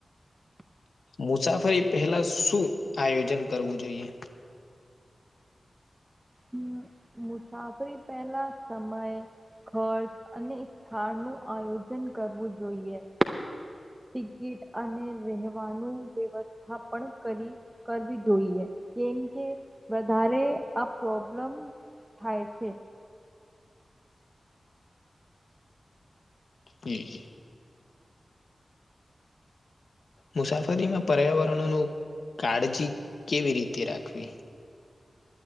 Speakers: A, on the left; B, on the right.
A: મુસાફરી પહેલા શું આયોજન કરવું જોઈએ
B: હમ મુસાફરી પહેલા સમય ખર્ચ અને એ સ્થાન નું આયોજન કરવું જોઈએ ટિકિટ અને રહેવાનું વ્યવસ્થા પણ કરી કરવી જોઈએ કેમ કે વધારે આ પ્રોબ્લમ થાય છે
A: હ જી જી મુસાફરીમાં પર્યાવરણનું કાળજી કેવી રીતે રાખવી